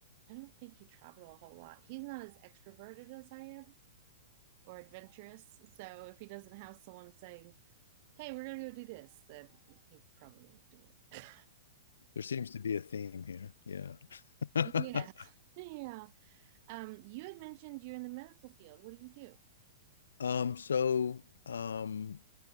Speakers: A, on the right (about 45°); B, on the left (about 70°).
A: I don't think he traveled a whole lot. He's not as extroverted as I am or adventurous. So if he doesn't have someone saying, hey, we're gonna go do this, that he probably won't do it.
B: there seems to be a theme here. Yeah. <laughs>
A: <laughs> yeah. Yeah. Um, you had mentioned you're in the medical field. What do you do?
B: Um, so um,